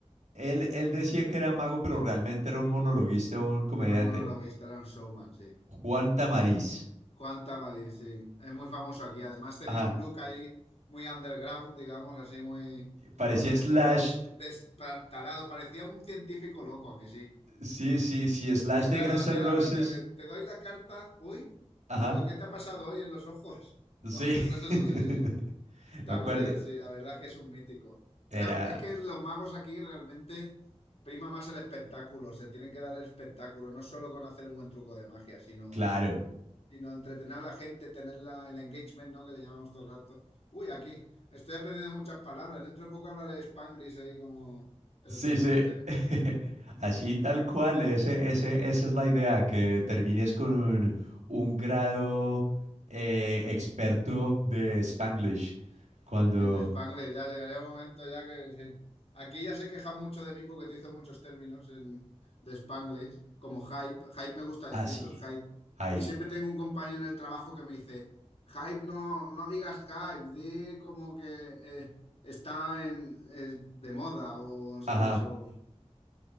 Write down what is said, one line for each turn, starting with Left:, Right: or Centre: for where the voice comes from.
Right: él, él decía que era mago, pero realmente era un monologuista, un comediante.
Left: Era un monologuista, era un showman, sí.
Right: Juan Tamariz.
Left: Juan Tamariz, sí. Es muy famoso aquí. Además tenía
Right: Ajá.
Left: un look ahí muy underground, digamos, así muy
Right: Parecía
Left: con
Right: Slash.
Left: pelos destartalado. Parecía un científico loco, ¿a que sí?
Right: Sí, sí, sí, Slash
Left: Y
Right: de
Left: claro,
Right: Guns
Left: hacía
Right: N' Roses.
Left: la gracia de, te doy la carta, uy,
Right: Ajá.
Left: pero ¿qué te ha pasado hoy en los ojos?
Right: Sí.
Left: <laughs> Cosas
Right: <laughs>
Left: así, sí. Tamarín,
Right: Me acuerdo.
Left: sí, la verdad es que es un mítico. Era,
Right: Era,
Left: es que los magos aquí realmente prima más el espectáculo, se tienen que dar el espectáculo, no solo con hacer un buen truco de magia, sino,
Right: claro.
Left: sino entretener a la gente, tener la- el engagement, ¿no? Que le llamamos todo el rato. Uy, aquí, estoy aprendiendo muchas palabras, dentro de poco hablaré Spanglish ahí como el
Right: Sí,
Left: que
Right: sí.
Left: nada,
Right: <laughs> Así tal cual, ese, ese, esa es la idea, que termines con un, un grado eh, experto de Spanglish. Cuando,
Left: Sí, de Spangler, ya llegaría un momento ya que sí. Aquí ya se queja mucho de mí porque te hizo muchos términos en- de Spanglish, como hype. Hype me gusta
Right: así,
Left: decirlo, el hype.
Right: hype.
Left: Y siempre tengo un compañero en el trabajo que me dice, hype no, no digas hype, di como que eh, está en, es de moda o, ¿sabes?
Right: Ajá.
Left: O,